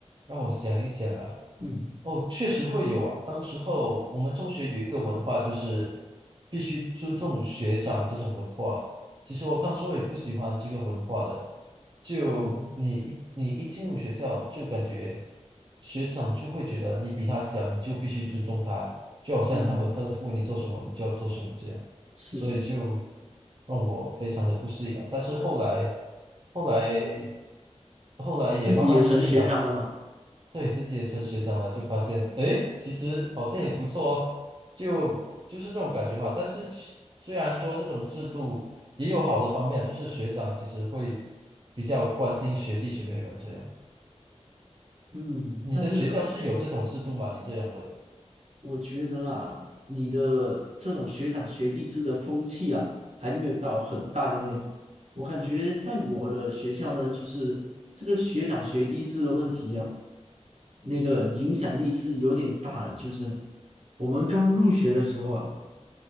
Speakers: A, on the right; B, on the right.
A: 让我想一想啊。
B: 嗯
A: 哦，确实会有啊。当时候我们中学有一个文化，就是必须尊重学长这种文化。其实我当时候也不喜欢这个文化的，就你一你一进入学校，
B: 嗯
A: 就感觉学长就会觉得你比他小，你就必须尊重他，就好像他们吩咐你做什么，
B: 嗯，
A: 你就要做什么这样。
B: 是是是，
A: 所以就让我非常的不适应啊。但是后来，后来，后来也慢慢适应了。
B: 自己也成学长了嘛。
A: 对自己也成学长了，就发现，诶，其实好像也不错哦，就就是这种感觉嘛。但是其虽然说这种制度也有好的方面啊就是学长其实会比较关心学弟学妹们这样。
B: 嗯，
A: 你的学校是有这种制度吗？
B: 但是
A: 你这样问，
B: 我觉得啊，你的这种学长学弟制的风气啊，还没有到很大的那种。我感觉在我的学校呢，就是这个学长学弟制的问题啊，那个影响力是有点大的。就是我们刚入学的时候啊，